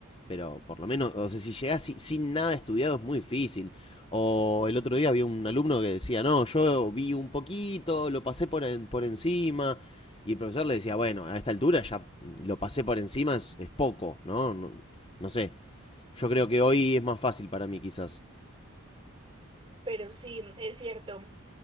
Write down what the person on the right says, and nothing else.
Pero sí, es cierto.